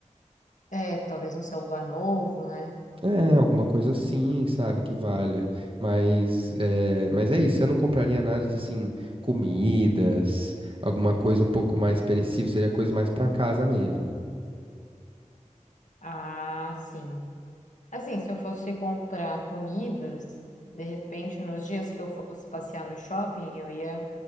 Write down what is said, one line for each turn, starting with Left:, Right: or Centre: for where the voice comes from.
Left: é, talvez um celular novo, né?
Right: É, alguma coisa assim, sabe, que valha. Mas é, mas é isso, você não compraria nada de, assim, comidas, alguma coisa um pouco mais perecível, seria coisa mais pra casa mesmo.
Left: Ah, sim. Assim, se eu fosse comprar comidas, de repente, nos dias que eu fosse passear no shopping, eu ia